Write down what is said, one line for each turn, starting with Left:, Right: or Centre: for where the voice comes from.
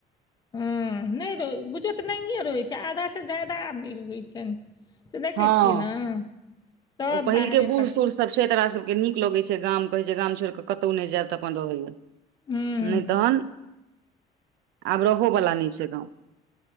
Left: हँ नहि रह बुझियौ तऽ नहिए रहैत छैय आधासँ ज्यादा आब नहि रहैत छनि। से देखै
Right: हँ
Left: छियै ने सब
Right: ओ पहिलके
Left: बाहरे
Right: बूढ़
Left: पक
Right: सूढ़ सब <unintelligible> सबके के नीक लगै छैय गाम कहे छैय गाम छोड़ क कतौ नहि जायब तऽ अपन रहैया।
Left: हूँ
Right: नहि तहन आब रहो वला नहि छैय गांव।